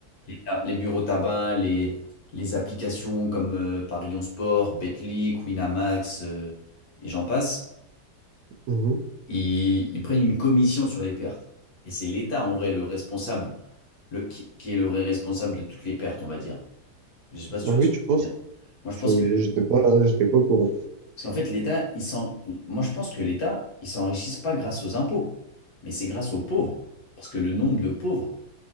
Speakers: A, on the left (about 65°); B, on the right (about 80°).
A: les, ta- les bureaux tabac, les, les applications comme euh, Paris en Sport, Betclic, Winamax, euh, et j'en passe.
B: Ouais.
A: ils, ils prennent une commission sur les pertes. Et c'est l'État, en vrai, le responsable, le, qui, qui est le vrai responsable de toutes les pertes, on va dire. Je sais pas si tu
B: Ah
A: vois
B: oui,
A: ce que
B: tu
A: je
B: penses?
A: veux dire. Moi, je
B: Je,
A: pense que,
B: j'étais pas, j'étais pas au courant.
A: parce qu'en fait, l'État, il s'en, moi, je pense que l'État, ils s'enrichissent pas grâce aux impôts, mais c'est grâce aux pauvres. Parce que le nombre de pauvres